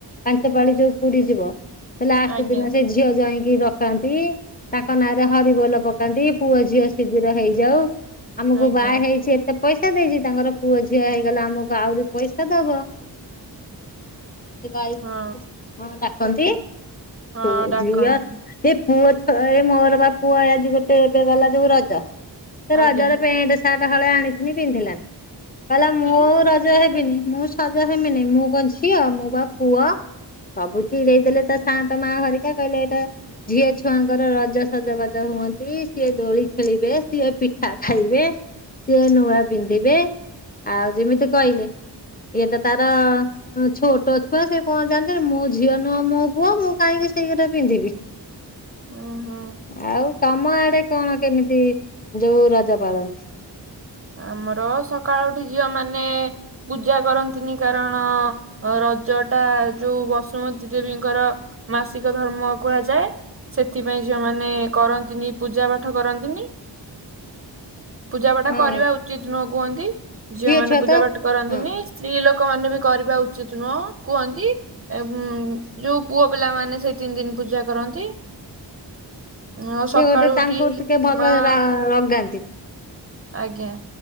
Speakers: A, on the left; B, on the right.
A: ପାଞ୍ଚ ପାାଳି ଯୋଉ ପୁରିଯିବ ସେ ଲାଷ୍ଟ
B: ଆଜ୍ଞା
A: ଦିନ ସେ ଝିଅ ଜ୍ୱାଇଁ କି ଡକାନ୍ତି ତାଙ୍କ ନାଁରେ ହରିବୋଲ ପକାନ୍ତି ପୁଅ ଝିଅ ଶିଘିର ହେଇଯାଉ ଆମକୁ
B: ଆଜ୍ଞା
A: ବାହା ହେଇଛି ଏ ତେ ପଇସା ଦେଇଛି ତାଙ୍କର ପୁଅ ଝିଅ ହେଇଗଲେ ଆମକୁ ଆହୁରି ପଇସା ଦବ ଏମିତି କହିବି
B: ହଁ
A: ହଁ ଡାକନ୍ତି ସବୁ
B: ହଁ ଡାକନ୍ତି
A: ଝିଅ ପୁଅ ଛୁଆ ଏ ମୋର ବା ପୁଅ ଆଜି ଗୋଟେ ଏବେ ଗଲା ଯୋଉ ରଜ ସେ
B: ଆଜ୍ଞା
A: ରଜରେ ପେଣ୍ଟ ସାର୍ଟ ହଳେ ଆଣିଥିନି ପିନ୍ଧିଲାନି କହିଲା ମୁଁ
B: କିଲୋ
A: ରଜ ହେବିନି ମୁଁ ସଜ ହେମିନି ମୁଁ କଣ ଝିଅ ମୁଁ ବା ପୁଅ ସବୁ ଚିଡେଇ ଦେଲେ ତା ସାଆନ୍ତ ମା ହରିକା କହିଲେ ଏଇଟା ଝିଅ ଛୁଆଙ୍କର ରଜ ସଜବାଜ ହୁଅନ୍ତି ସିଏ ଦୋଳି ଖେଳିବେ ସିଏ ପିଠା ଖାଇବେ ସିଏ ନୂଆ ପିନ୍ଧିବେ ଆଉ ଯେମିତି କହିଲେ ଇଏ ତ ତାର ହଁ ଛୋଟ ଛୁଆ ସେ କଣ ଜାଣିଛନ୍ତି ମୁଁ ଝିଅ ନୁହଁ ମୁଁ ପୁଅ ମୁଁ କାହିଁକି ସେଇରା ପିନ୍ଧିବି
B: ହୁଁ ହୁଁ
A: ଆଉ ତମ ଆଡେ କଣ କେମିତି ଯୋଉ ରଜ ପାଳନ୍ତି
B: ଆମର ସକାଳୁ ଉଠି ଝିଅ ମାନେ ପୂଜା କରନ୍ତିନି କାରଣ ଅ ରଜ ଟା ଯୋଉ ବସୁମତୀ ଦେବୀଙ୍କର ମାସିକ ଧର୍ମ କୁହାଯାଏ ସେଥିପାଇଁ ଝିଅ ମାନେ କରନ୍ତିନି ପୂଜା ପାଠ କରନ୍ତିନି ପୂଜାପାଠ
A: ହଁ
B: କରିବା ଉଚିତ ନୁହଁ କୁହନ୍ତି ଝିଅ ମାନେ
A: ଛୁଆ
B: ପୂଜା
A: ତ
B: ପାଠ କରନ୍ତିନି
A: ହଁ।
B: ସ୍ତ୍ରୀ ଲୋକ ମାନେ ବି କରିବା ଉଚିତ ନୁହଁ କୁହନ୍ତି ଏବଂ ଯୋଉ ପୁଅ ପିଲାମାନେ ସେଇ ତିନି ଦିନ ପୂଜା କରନ୍ତି ଆଉ
A: ସେ
B: ସକାଳୁ
A: ଗୋଟେ ତାଙ୍କୁ
B: ଉଠି
A: ଟିକେ ଭଲ
B: ମା
A: ର ରଗାନ୍ତି।
B: ଆଜ୍ଞା।